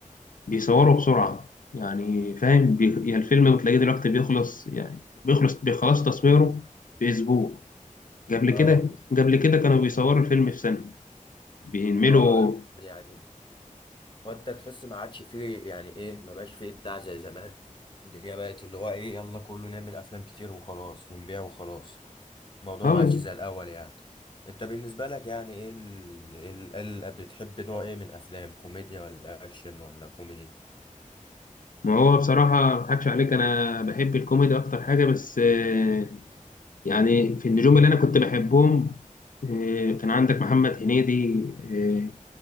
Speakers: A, on the left; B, on the left.
A: بيصوروا بسرعه يعني فاهم بي... يعني الفيلم بتلاقيه دلوقتي بيخلص يعني بيخلص بيخلص تصويره في اسبوع قبل
B: اه
A: كده قبل كده كانوا بيصوروا الفيلم في سنه بينملوا
B: اه يعني وانت تحس ما عادش فيه يعني ايه ما بقاش فيه ابداع زي زمان الدنيا بقت اللي هو ايه يلا كله نعمل افلام كتير وخلاص ونبيع وخلاص الموضوع
A: اه
B: ما عادش زي الاول يعني انت بالنسبة لك يعني ايه ال... ال... ال... بتحب نوع ايه من الافلام كوميديا ولا اكشن ولا كوميدي
A: ما هو بصراحة ما اضحكش عليك أنا بحب الكوميدي أكتر حاجة بس آه، يعني في النجوم اللي أنا كنت بحبهم آه، كان عندك محمد هنيدي آه،